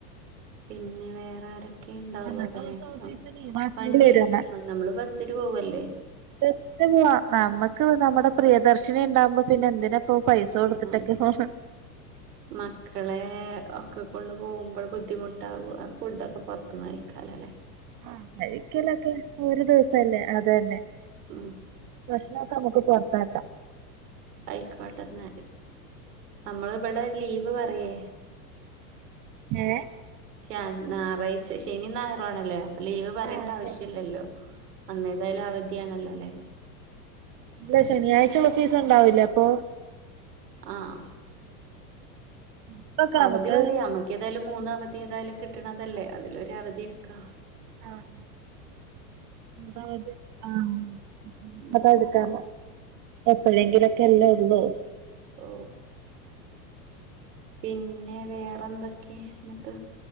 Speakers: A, on the right; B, on the right.
A: പിന്നെ വേറാരൊ ക്കെണ്ടാവ്വ്
B: അന്നത്തെ
A: വല്ലെ
B: ദിവസം ഓഫീസ്
A: നം
B: ലീവാക്കേണ്ടി
A: വണ്ടി
B: വരും
A: ഏൽപ്പിക്കണ നമ്മള് ബസ്സില് പോവല്ലേ
B: ബസില്ല നമ്മക്ക് നമ്മടെ പ്രിയദർശിനി ണ്ടാമ്പോ പിന്നെ എന്തിനപ്പോ പൈസ കൊടുത്തിട്ടൊക്കെ
A: ആ <unintelligible>
B: പോണ്
A: മക്കളേഒക്കെകൊണ്ട്പോവുമ്പോ ബുദ്ധിമുട്ടാവ്വോ ഫുഡൊക്കെ പൊർത്ത്ന്ന് അയ്ക്കാലൊല്ലേ
B: ആഹ് കഴിക്കലൊക്കെ ഒര്ദിവസല്ലേ അതന്നെ
A: ഉം
B: ഭഷ്നോക്കെമുക്ക് പൊർത്താക്കാ
A: അയ്ക്കോട്ടന്നാല് നമ്മള്ഇവടെ ലീവ് പറയേ
B: ഏ
A: ശ്യാൻജ് നാറാഴ്‌ച്ച ശെനിനായറും ആണല്ലേ ലീവ് പറണ്ട
B: ആഹ്
A: ആവശ്യല്ലല്ലോ
B: ശരി
A: അന്നേതായാലും അവധിണല്ലോല്ലേ
B: അല്ല ശനിയാഴ്ച്ചഓഫീസ്ണ്ടാവില്ലേ അപ്പൊ
A: ആഹ്
B: ഇപ്പൊക്കെ
A: അവധി
B: നമുക്ക്
A: പറയാമ്മക്കേതായാലും മൂന്ന് അവധി തായാലും കിട്ടണതല്ലേ അതിലൊരവധിട്ക്കാ
B: ആഹ് മൂന്നഅവധി ആഹ്
A: ഉം
B: അത് എടുക്കാ യെപ്പഴേങ്കിലൊക്കെല്ലേള്ളൂ
A: ഓ പിന്നെ വേറെന്തൊക്കെന്ട്ട്